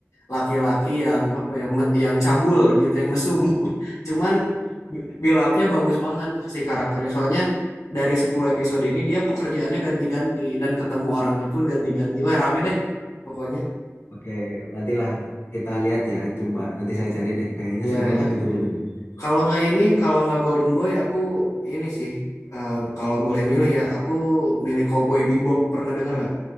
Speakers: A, on the left; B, on the left.
A: laki-laki yang apa ya, me- yang cabul gitu, yang mesum. <laughs> Cuman bu- build upnya bagus banget si karakternya. Soalnya dari 10 episode ini dia pekerjaannya ganti-ganti dan ketemu orangnya pun ganti-ganti. Wah, rame deh pokoknya.
B: Oke, nantilah kita lihat ya. Coba nanti saya cari deh. Kayaknya
A: Iya,
B: seru banget
A: iya,
B: itu
A: iya,
B: Golden.
A: iya. Kalau nggak ini, kalau nggak Golden Boy, aku ini sih. eh, kalau boleh milih ya, aku milih Cowboy Bebop. Pernah dengar nggak?